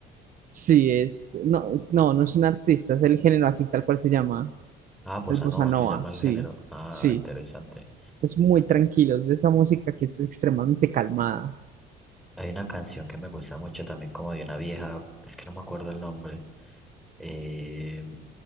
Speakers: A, on the right; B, in the centre.
A: Sí, es, no, es- no, no es un artista, es el género así tal cual se llama,
B: Ah, bossa
A: el bossa
B: nova
A: nova,
B: se llama el
A: sí,
B: género. Ah,
A: sí,
B: interesante.
A: es muy tranquilo, es de esa música que es extremadamente calmada.
B: Hay una canción que me gusta mucho también, como de una vieja, es que no me acuerdo el nombre. eh,